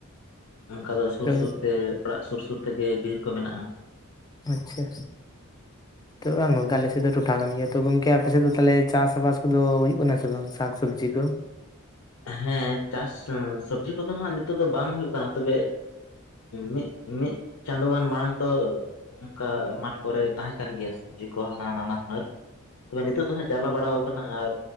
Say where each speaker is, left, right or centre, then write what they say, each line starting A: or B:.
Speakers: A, on the left; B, on the left.
A: ᱚᱱᱠᱟ ᱫᱚ ᱥᱩᱨ
B: ᱛᱚ
A: ᱥᱩᱨᱛᱮ ᱚᱲᱟᱜ ᱥᱩᱨ ᱥᱩᱨ ᱛᱮᱜᱮ ᱵᱤᱨ ᱠᱚ ᱢᱮᱱᱟᱜᱼᱟ᱾
B: ᱟᱪᱪᱷᱟ
A: <inaudible>
B: ᱛᱚ ᱵᱟᱝ ᱜᱚᱝᱠᱮ ᱟᱞᱮ ᱥᱮᱫ ᱫᱚ ᱴᱚᱴᱷᱟ ᱠᱟᱱ ᱜᱮᱭᱟ ᱛᱚ ᱜᱚᱝᱠᱮ ᱟᱯᱮ ᱥᱮᱫ ᱫᱚ ᱛᱟᱦᱞᱮ ᱪᱟᱥ ᱵᱟᱥ ᱠᱚᱫᱚ ᱦᱩᱭᱩᱜ ᱠᱟᱱᱟ ᱥᱮ ᱵᱟᱝ ᱥᱟᱠ ᱥᱚᱵᱽᱡᱤ ᱠᱚ
A: ᱦᱮᱸ ᱪᱟᱥ ᱥᱚᱵᱡᱤ ᱠᱚᱫᱚ ᱦᱟᱜ ᱱᱤᱛᱚᱜ ᱫᱚ ᱵᱟᱝ ᱦᱩᱭᱩᱜ ᱠᱟᱱᱟ ᱛᱚᱵᱮ ᱢᱤᱫ ᱢᱤᱫ ᱪᱟᱸᱫᱳ ᱜᱟᱱ ᱢᱟᱲᱟᱝ ᱫᱚ ᱚᱱᱠᱟ ᱢᱟᱴ ᱠᱚᱨᱮ ᱛᱟᱦᱮᱸ ᱠᱟᱱ ᱜᱮᱭᱟ ᱥᱚᱵᱡᱤ ᱠᱚ ᱦᱚ ᱱᱟᱱᱟ ᱦᱩᱱᱟᱹᱨ ᱛᱚᱵᱮ ᱱᱤᱛᱳ ᱫᱚ ᱦᱟᱸᱜ ᱪᱟᱵᱟ ᱵᱟᱲᱟᱣ ᱠᱟᱱᱟ ᱟᱨ